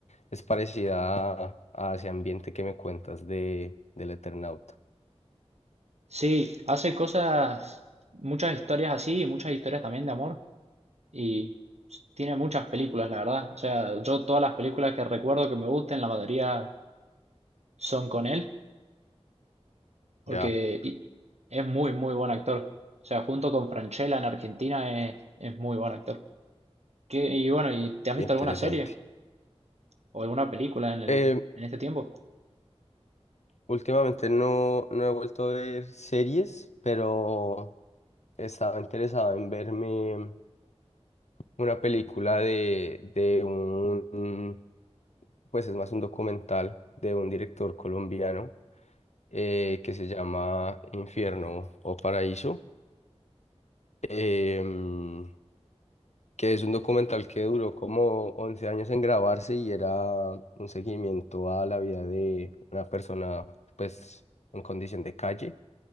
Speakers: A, on the left; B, on the right.
A: es parecida a, a ese ambiente que me cuentas de, del Eternauta.
B: Sí, hace cosas, muchas historias así y muchas historias también de amor. Y tiene muchas películas, la verdad. O sea, yo todas las películas que recuerdo que me gusten, la mayoría son con él, porque
A: Ya,
B: y- es muy, muy buen actor. O sea, junto con Franchella en Argentina es, es muy buen actor. ¿Qué- y bueno, ¿y te has visto
A: interesante.
B: alguna serie o alguna película en el,
A: Eh,
B: en este tiempo?
A: últimamente no, no he vuelto a ver series, pero estaba interesado en verme. una película de, de un, pues es más un documental de un director colombiano eh, que se llama Infierno o Paraíso, em, que es un documental que duró como 11 años en grabarse y era un seguimiento a la vida de una persona pues en condición de calle,